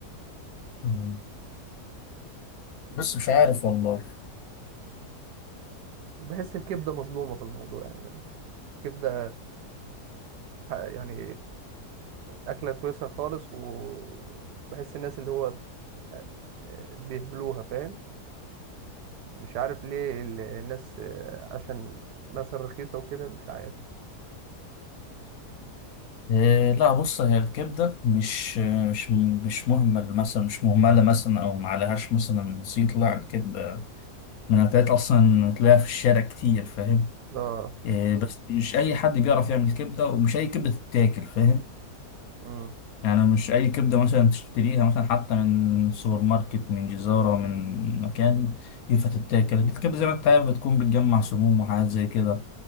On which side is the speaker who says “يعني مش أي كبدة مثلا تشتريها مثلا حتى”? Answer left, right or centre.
Left